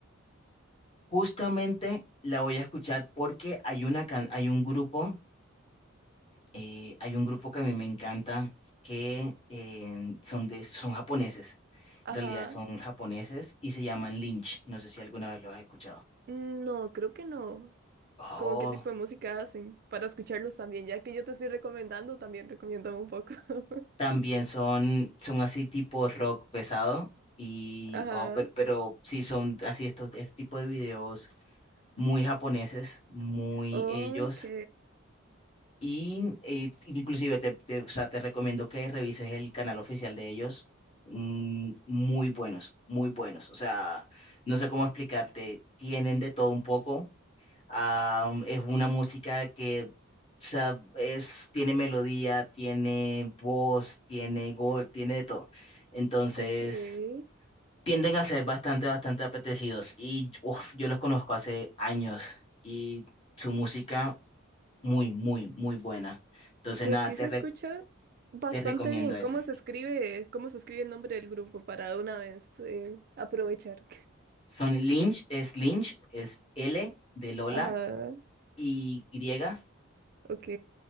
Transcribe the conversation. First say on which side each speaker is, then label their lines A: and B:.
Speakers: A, on the left; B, on the right.
A: Justamente la voy a escuchar porque hay una can- hay un grupo, eh, hay un grupo que a mí me encanta que eh, son de, son japoneses.
B: Ajá,
A: En realidad son japoneses y se llaman Lynch. No sé si alguna vez los has escuchado.
B: mm, no, creo que no.
A: Oh.
B: ¿Cómo qué tipo de música hacen? Para escucharlos también, ya que yo te estoy recomendando, también recomiéndame un poco. <laughs>
A: También son, son así tipo rock pesado y,
B: Ajá,
A: oh, pero, pero sí son así estos, este tipo de videos muy japoneses, muy
B: ok,
A: ellos. Y eh, inclusive te, te- o sea, te recomiendo que revises el canal oficial de ellos. Mm, muy buenos, muy buenos. O sea, no sé cómo explicarte, tienen de todo un poco. Am, es una música que o sea, es, tiene melodía, tiene voz, tiene gol, tiene de todo. Entonces,
B: ok.
A: tienden a ser bastante, bastante apetecidos. Y uf, yo los conozco hace años y su música muy, muy, muy buena. Entonces,
B: Pues
A: nada,
B: sí
A: te,
B: se
A: re-
B: escucha bastante
A: te recomiendo
B: bien.
A: esa.
B: ¿Cómo se escribe, cómo se escribe el nombre del grupo para de una vez eh, aprovechar?
A: Son Lynch, es Lynch, es L de Lola
B: <laughs> Ajá,
A: y griega,
B: ok.